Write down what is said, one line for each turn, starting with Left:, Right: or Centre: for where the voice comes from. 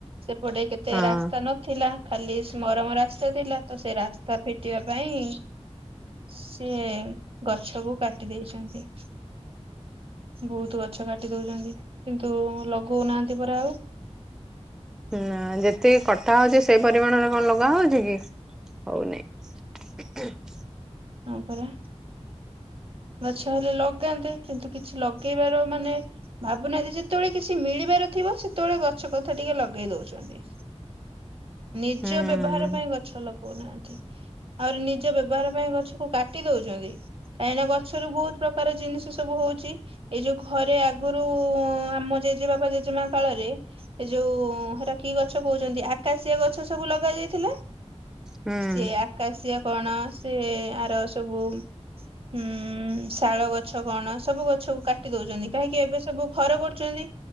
Right: ସେପଟେ କେତେ
Centre: ହଁ
Right: ରାସ୍ତା ନ ଥିଲା ଖାଲି ମରମ ରାସ୍ତା ଥିଲା ତ ସେ ରାସ୍ତା ଫିଟିବା ପାଇଁ ସିଏ ଗଛକୁ କାଟି ଦେଇେଇଛନ୍ତି। ବହୁତ ଗଛ କାଟି ଦଉଛନ୍ତି କିନ୍ତୁ ଲଗଉନାହାନ୍ତି ପରା ଆଉ।
Centre: ନା ଯେତିକି କଟା ହଉଛି ସେଇ ପରିମାଣରେ କଣ ଲଗା ହଉଛି କି ହଉନି। ହ <unintelligible>
Right: ହଁ ପରା। ଗଛ ହେଲେ ଲଗାନ୍ତେ କିନ୍ତୁ କିଛି ଲଗେଇବାର ମାନେ ଭାବୁନାହାନ୍ତି ଯେତେବେଳେ କିଛି ମିଳିବାର ଥିବ ସେତେବେଳେ ଗଛ କଥା ଟିକେ ଲଗେଇ ଦଉଛନ୍ତି। ନିଜ
Centre: ହୁଁ
Right: ବ୍ୟବହାର ପାଇଁ ଗଛ ଲଗଉନାହାନ୍ତି। ଆହୁରି ନିଜ ବ୍ୟବହାର ପାଇଁ ଗଛକୁ କାଟି ଦଉଛନ୍ତି। କାହିଁକିନା ଗଛରୁ ବହୁତ ପ୍ରକାର ଜିନିଷ ସବୁ ହଉଛି। ଏଇ ଯୋଉ ଘରେ ଆଗରୁ ଆମ ଜେଜେବାପା ଜେଜେମା କାଳରେ ଏ ଯୋଉ ହେରା କିି ଗଛ କହୁଛନ୍ତି ଆକାଶିଆ ଗଛ ସବୁ ଲଗା ଯାଇଥିଲା
Centre: ହୁଁ
Right: ସେ ଆକାଶିଆ କଣ ସେ ଆର ସବୁ ହୁଁ ଶାଳ ଗଛ କଣ ସବୁ ଗଛ କାଟି ଦଉଛନ୍ତି କାହିଁକି ଏବେ ସବୁ ଘର କରୁଛନ୍ତି।